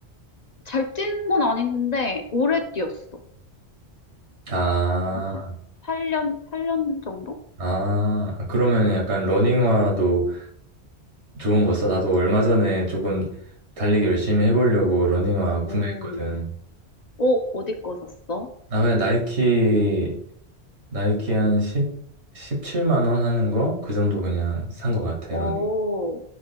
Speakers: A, on the left (about 45°); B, on the right (about 90°).
A: 잘 뛴 건 아닌데, 오래 뛰었어.
B: 아,
A: 한 8, 팔년 8년 정도?
B: 아, 아, 그러면 약간 러닝화도 좋은 거 써? 나도 얼마 전에 조금 달리기 열심히 해보려고 러닝화
A: 어,
B: 구매했거든.
A: 어, 어디 거 샀어?
B: 나 그냥 나이키 나이키 한1십칠7만원 하는 거? 그 정도 그냥 산 것 같아,
A: 어,
B: 이런